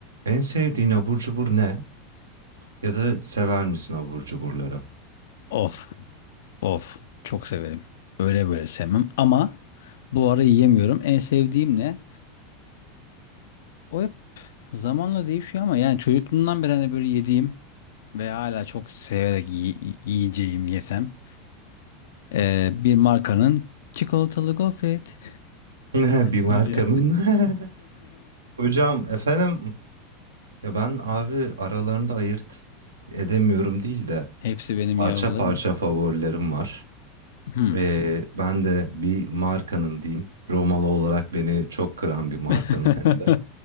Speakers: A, on the right (about 90°); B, on the left (about 70°).
A: En sevdiğin abur cubur ne? Ya da sever misin abur cuburları?
B: Of, of. Çok severim. Öyle böyle sevmem ama bu ara yiyemiyorum. En sevdiğim ne? O hep zamanla değişiyor ama yani çocukluğumdan beri hani böyle yediğim ve hala çok severek yi- yi- yiyeceğim yesem ee, bir markanın çikolatalı gofret
A: <laughs> Bir markanın.
B: <laughs> var ya.
A: <laughs> Hocam efendim ya ben abi aralarında ayırt edemiyorum değil de
B: <laughs> Hepsi benim
A: parça
B: yavrularım.
A: parça favorilerim var.
B: Hmm.
A: Ee, ben de bir markanın diyeyim. Romalı olarak beni çok kıran bir markanın
B: <laughs>
A: hem de.